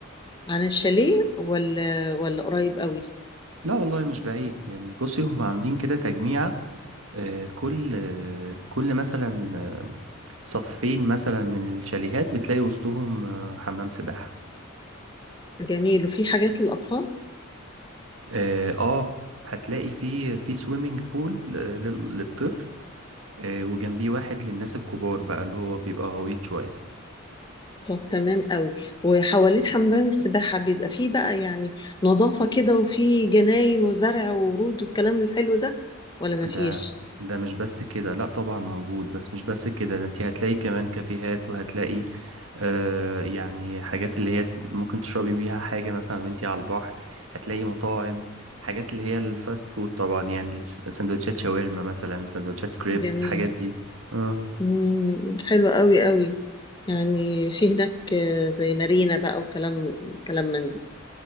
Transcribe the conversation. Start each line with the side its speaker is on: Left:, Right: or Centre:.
Left: عن الشاليه ولا ولا قريب قوي
Right: لا والله مش بعيد يعني بصي هم عاملين كده تجميعة آه كل آه كل مثلا آه صفين مثلا من الشاليهات بتلاقي وسطهم آه حمام سباحة
Left: جميل وفي حاجات للاطفال
Right: اه آه، هتلاقي في في سويمنج بول للطفل آه، وجنبيه واحد للناس الكبار بقى اللي هو بيبقى غويط شوية
Left: طب تمام قوي وحوالين حمام السباحة بيبقى فيه بقى يعني نظافة كده وفيه جناين وزرع وورود والكلام الحلو ده ولا مفيش
Right: ده ده مش بس كده لا طبعا موجود بس مش بس كده ده انت هتلاقي كمان كافيهات وهتلاقي آه يعني حاجات اللي هي ممكن تشربي بيها حاجة مثلا وانتي على البحر هتلاقي مطاعم حاجات اللي هي الفاست فود طبعا يعني الس- سندوتشات شاورما مثلا سندوتشات كريب
Left: جميل
Right: الحاجات دي آه.
Left: مم. حلو قوي قوي يعني في هناك آه، زي مارينا بقى وكلام كلام من ده